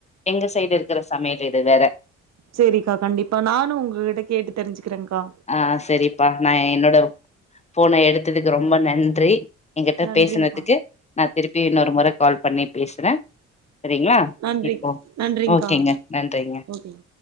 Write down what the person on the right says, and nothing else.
சேரிக்கா கண்டிப்பா நானு உங்ககிட்ட கேட்டு தெரிஞ்சிக்கிறேகா
நன்றிங்க்கா
நன்றி
நன்றிங்க்கா
ஓகேங்க